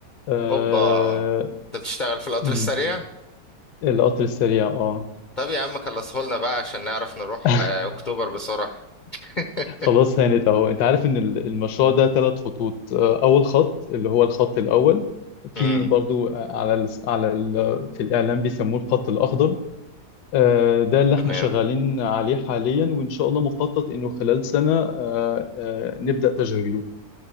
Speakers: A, on the left (about 70°); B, on the left (about 40°).
A: آه،
B: اوبا انت بتشتغل في القطر
A: مم،
B: السريع
A: القطر السريع اه
B: طب يا عم خلصه لنا بقى عشان نعرف نروح
A: <laughs>
B: آه، اكتوبر بسرعة <laughs>
A: خلاص هانت اهو انت عارف ان ال- المشروع ده ثلاث خطوط آه، اول خط اللي هو الخط الاول في
B: امم
A: برضو آه، على ال على ال في الاعلام بيسموه الخط الاخضر آه، ده اللي احنا
B: تمام
A: شغالين عليه حاليا وان شاء الله مخطط انه خلال سنة آه، آه، نبدأ تشغيله